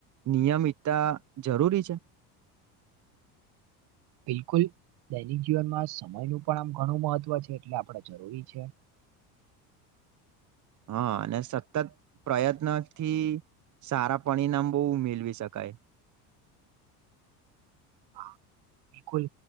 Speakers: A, on the right; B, on the right.
A: નિયમિતતા જરૂરી છે.
B: બિલકુલ દૈનિક જીવનમાં સમયનું પણ આમ ઘણું મહત્ત્વ છે એટલે આપણે જરૂરી છે.
A: હા અને સતત પ્રયત્ન થી સારા પરિણામ બહુ મેળવી શકાય.
B: હા બિલકુલ